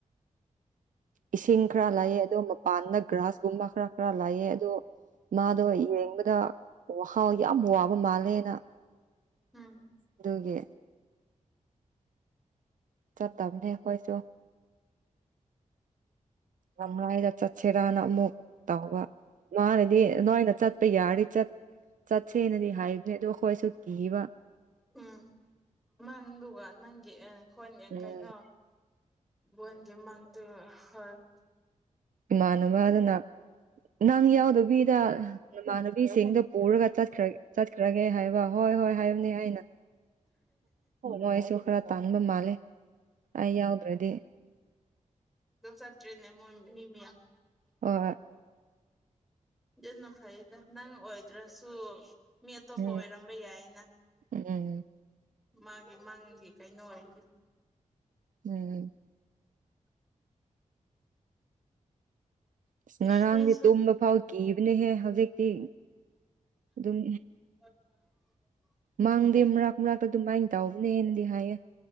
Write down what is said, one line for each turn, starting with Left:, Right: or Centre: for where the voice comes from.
Right: ꯏꯁꯤꯡ ꯈꯔ ꯂꯥꯏꯑꯦ ꯑꯗꯣ ꯃꯄꯥꯟꯗ ꯒ꯭ꯔꯥꯁꯀꯨꯝꯕ ꯈꯔ ꯈꯔ ꯂꯥꯏꯑꯦ ꯑꯗꯣ ꯃꯥꯗꯣ ꯌꯦꯡꯕꯗ ꯋꯥꯈꯜ ꯌꯥꯝ ꯋꯥꯕ ꯃꯥꯜꯂꯦꯅ
Centre: ꯎꯝ
Right: ꯑꯗꯨꯒꯤ ꯆꯠ ꯇꯝꯅꯤ ꯈꯣꯏꯁꯨ ꯌꯥꯝꯔꯥꯏ ꯆ ꯆ ꯁꯦꯔꯥ ꯅꯃꯛ ꯇꯕ ꯃꯥꯅꯦꯗꯤ ꯅꯣꯏꯅ ꯆꯠꯄ ꯌꯥꯔ ꯆꯠꯁꯦꯅꯗꯤ ꯍꯥꯏꯕꯅꯦ ꯑꯗꯨꯗꯣ ꯑꯩꯈꯣꯏꯁꯨ ꯀꯤꯕ
Centre: ꯎꯝ ꯃꯪꯗꯨꯒ ꯅꯪꯦ ꯑ ꯍꯣꯟꯒ
Right: ꯎꯝ
Centre: ꯀꯥꯏꯩꯅꯣ ꯕꯣꯟꯒꯤ ꯃꯃꯥꯡꯗꯣ ꯍꯣꯏ <unintelligible>
Right: ꯏꯃꯥꯟꯅꯕꯗꯅ ꯅꯪ ꯌꯥꯎꯗꯕꯤ ꯃꯅꯕꯤꯁꯤꯡ ꯄꯨꯔꯒ ꯆꯠꯈ꯭ꯔ ꯆꯠꯈ꯭ꯔꯒꯦ ꯍꯥꯏꯕ ꯍꯣꯏ ꯍꯣꯏ ꯍꯥꯏꯕꯅꯦ ꯑꯩꯅ ꯃꯣꯏꯁꯨꯈꯔꯥ ꯇꯥꯟꯕꯥꯟꯕ ꯃꯥꯂꯦ ꯑꯩ ꯌꯥꯎꯗ꯭ꯔꯗꯤ
Centre: ꯗꯁꯇꯔꯤꯅꯦ ꯅꯤꯡꯅꯤꯃꯤꯌꯥ
Right: ꯑꯣ
Centre: ꯑꯗꯨꯟꯅ ꯐꯩꯗ ꯅꯪ ꯑꯣꯏꯗ꯭ꯔꯁꯨ ꯃꯤ ꯑꯇꯣꯞꯄ
Right: ꯎꯝ
Centre: ꯑꯣꯏꯔꯝꯕ ꯌꯥꯏꯅ
Right: ꯎꯝ
Centre: ꯃꯥꯒꯤ ꯃꯪꯒꯤ ꯀꯩꯅꯣ ꯑꯣꯏ
Right: ꯎꯝ ꯑꯁ
Centre: ꯏꯁꯀ꯭ꯔꯤꯟꯁꯣꯠ
Right: ꯉꯔꯥꯡꯗꯤ ꯇꯨꯝꯕ ꯐꯥꯎ ꯀꯤꯕꯅꯦꯍꯦ ꯍꯧꯖꯤꯛꯇꯤ ꯑꯗꯨꯝ
Centre: ꯎ
Right: ꯃꯥꯡꯗꯦ ꯃꯔꯥꯛ ꯃꯔꯥꯛꯛꯇ ꯑꯗꯨꯃꯥꯏꯅ ꯇꯥꯎꯕꯅꯦꯅꯗꯤ ꯍꯥꯏꯌꯦꯦ